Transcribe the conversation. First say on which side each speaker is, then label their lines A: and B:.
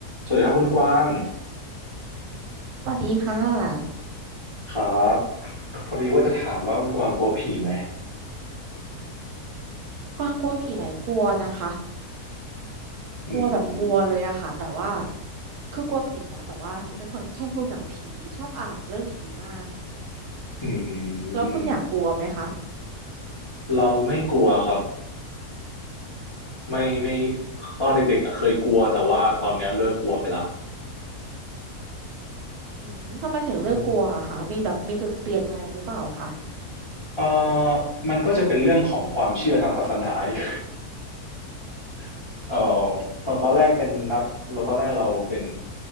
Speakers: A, on the left (about 30°); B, on the right (about 75°).
A: สวัสดีครับคุณกว้าง
B: สวัสดีค่ะ
A: ครับพอดีว่าจะถามว่าคุณกวางกลัวผีไหม
B: กวางกลัวผีไหมกลัวนะคะ
A: อืม
B: กลัวแบบกลัวเลยอะค่ะแต่ว่าคือกลัวผีนะแต่ว่าเป็นคนชอบดูหนังผีชอบอ่านเรื่องผีมาก
A: อืม
B: แล้วคุณอย่างกลัวไหมคะ
A: เราไม่กลัวครับไม่ไม่ตอนเด็กๆอะเคยกลัวแต่ว่าตอนเนี้ยเลิกกลัวไปละ
B: อืมทำไมถึงเลือกกลัวอะคะมีแบบมีจุดเปลี่ยนอะไรหรือเปล่าคะ
A: อืมเอ่อมันก็จะเป็นเรื่องของความเชื่อทางศาสนาอีก <laughs> เอ่อตอนตอนแรกเป็นนับเราตอนแรกเราเป็น